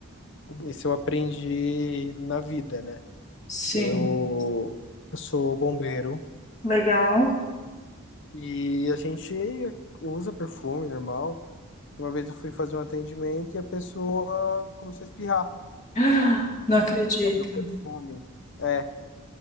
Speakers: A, on the left; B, on the left.
A: Isso eu aprendi na vida, né?
B: Sim.
A: Eu, eu sou bombeiro,
B: Legal.
A: E a gente usa perfume normal. Uma vez eu fui fazer um atendimento e a pessoa começou a espirrar.
B: <gasps> Não acredito.
A: É o meu perfume. É,